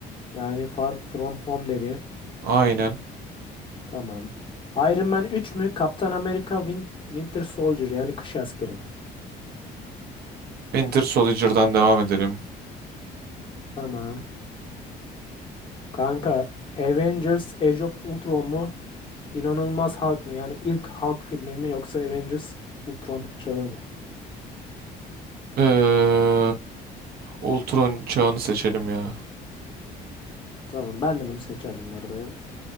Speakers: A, on the left; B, on the right.
A: Yani Far From Home dedin.
B: Aynen.
A: Tamam. Iron Man üç mü? Kaptan Amerika Win- Winter Soldier yani kış askeri mi?
B: Winter Soldier'dan devam edelim.
A: Tamam. Kanka Avengers Age of Ultron mu? İnanılmaz Hulk mı? Yani ilk Hulk filmi mi yoksa Avengers Ultron çağı mı?
B: Ee, Ultron çağını seçelim ya.
A: Tamam ben de bunu seçerdim bu arada.